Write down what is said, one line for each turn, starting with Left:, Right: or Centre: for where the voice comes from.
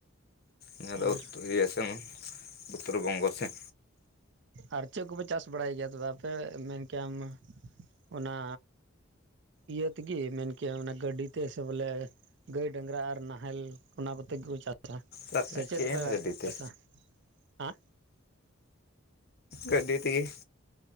Left: ᱚᱱᱟ
Right: ᱟᱨ
Left: ᱫᱚ ᱤᱭᱟᱹ ᱥᱮᱱ ᱩᱛᱛᱚᱨ ᱵᱚᱝᱜᱚ ᱥᱮᱱ
Right: ᱟᱨ ᱪᱮᱫ ᱠᱚᱯᱮ ᱪᱟᱥ ᱵᱟᱲᱟᱭ ᱜᱮᱭᱟ ᱫᱟᱫᱟ? ᱟᱯᱮ ᱢᱮᱱ ᱠᱮᱭᱟᱢ ᱚᱱᱟ ᱤᱭᱟᱹ ᱛᱮᱜᱮ ᱢᱮᱱᱠᱮᱭᱟ ᱚᱱᱟ ᱜᱟᱹᱰᱤᱛᱮ ᱥᱮ ᱵᱚᱞᱮ ᱜᱟᱹᱭ ᱰᱟᱝᱨᱟ ᱟᱨ ᱱᱟᱦᱮᱞ ᱚᱱᱟ ᱠᱚᱛᱮ ᱜᱮᱠᱚ ᱪᱟᱥ ᱟ
Left: ᱛᱟᱨᱯᱚᱨᱮ
Right: ᱥᱮᱪᱮᱫ
Left: ᱠᱮᱱ
Right: ᱯᱮ
Left: ᱜᱟᱹᱰᱤ ᱛᱮ
Right: ᱟᱥᱟ ᱦᱮ
Left: ᱜᱟᱹᱰᱤ ᱛᱮᱜᱮ